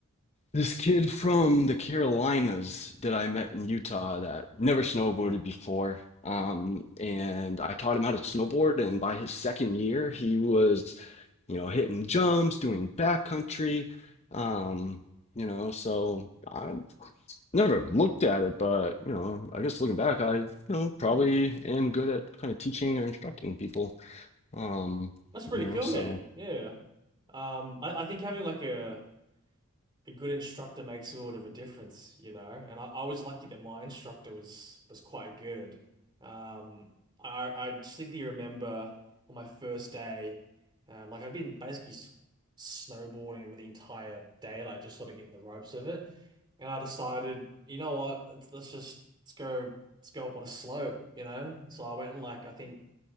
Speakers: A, on the left; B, on the right.
A: this kid from the Carolinas that I met in Utah that never snowboarded before. Um, and I taught him how to snowboard. And by his second year, he was, you know, hitting jumps, doing backcountry. Um, you know, so I never looked at it, but, you know, I guess looking back, I, you know, probably am good at kind of teaching or instructing people. Um,
B: that's pretty
A: you know,
B: cool
A: so.
B: man yeah um I, I think having like a a good instructor makes sort of a difference, you know. And I, I was lucky that my instructor was was quite good. Um, I I distinctly remember on my first day, um, like I'd been basically s- snowboarding for the entire day, like just sort of getting the ropes of it. And I decided, you know what, let's, let's just let's go let's go up on a slope, you know. So I went and like I think.